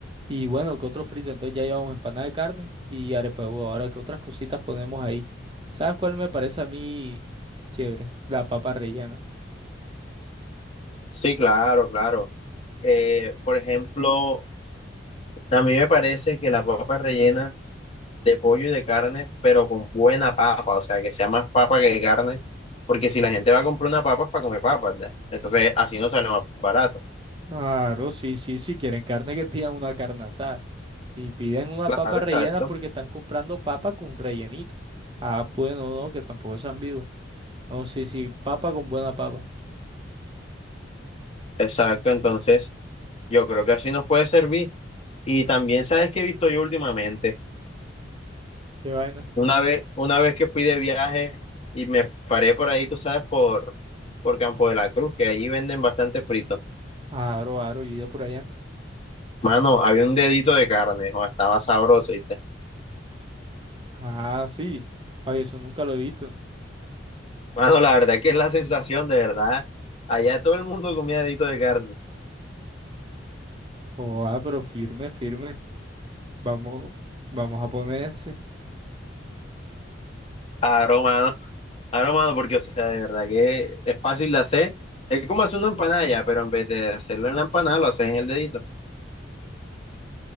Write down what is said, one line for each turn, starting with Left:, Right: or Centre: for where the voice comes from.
Right: y bueno, ¿qué otro frito? Entonces ya llevamos empanada de carne y arepa de huevo. Ahora, ¿qué otras cositas ponemos ahí? ¿Sabes cuál me parece a mí chévere? La papa rellena.
Left: Sí, claro, claro. Eh, por ejemplo, a mí me parece que la papa rellena de pollo y de carne, pero con buena papa, o sea, que sea más papa que carne, porque si la gente va a comprar una papa es para comer papas, ¿verdad? Entonces, así no sale más barato.
Right: Claro, sí, sí, si quieren carne que pidan una carne asada. Si piden una
Left: Claro,
Right: papa rellena
Left: exacto.
Right: es porque están comprando papa con rellenito. Ah, bueno, no, no, que tampoco sean vivos. No, sí, sí, papa con buena papa.
Left: Exacto, entonces yo creo que así nos puede servir. Y también, ¿sabes qué he visto yo últimamente?
Right: ¿Qué vaina?
Left: Una vez, una vez que fui de viaje y me paré por ahí, tú sabes, por, por Campo de la Cruz, que allí venden bastante frito.
Right: Aro, aro, yo he ido por allá.
Left: Mano, había un dedito de carne, o estaba sabroso. Y
Right: Ah, sí. Ay, eso nunca lo he visto.
Left: Mano, la verdad que es la sensación, de verdad. Allá todo el mundo comía dedito de carne.
Right: Oh, ah, pero firme, firme. Vamos, vamos a poner ese.
Left: Aro, mano. Aro, mano, porque, o sea, de verdad que es fácil de hacer. Es como hacer una empanada ya, pero en vez de hacerlo en la empanada, lo haces en el dedito.